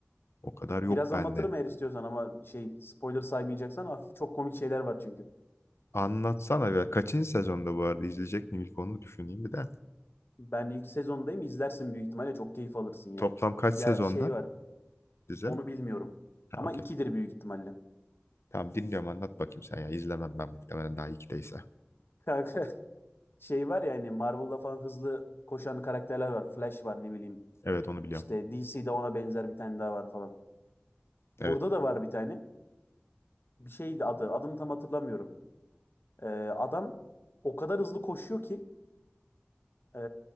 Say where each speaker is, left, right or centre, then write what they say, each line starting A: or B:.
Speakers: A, on the left; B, on the left.
A: O kadar
B: Biraz
A: yok bende.
B: anlatırım eğer istiyorsan ama şey spoiler saymayacaksan hafif çok komik şeyler var çünkü.
A: Anlatsana biraz. Kaçıncı sezonda bu arada izleyecek miyim ilk onu düşüneyim bir de.
B: Ben ilk sezondayım izlersin büyük ihtimalle çok keyif alırsın ya.
A: Toplam kaç sezonda
B: Ya şey var
A: bize?
B: onu bilmiyorum
A: Ha
B: ama
A: okey.
B: ikidir büyük ihtimalle.
A: Tamam dinliyorum anlat bakayım sen ya. İzlemem ben muhtemelen daha ikideyse.
B: Kanka <laughs> şey var ya hani Marvel'da falan hızlı koşan karakterler var. Flash var ne bileyim.
A: Evet onu biliyorum.
B: İşte DC'de ona benzer bir tane daha var falan.
A: Evet.
B: Burada da var bir tane. Bir şeydi adı. Adını tam hatırlamıyorum. Ee, adam o kadar hızlı koşuyor ki ee,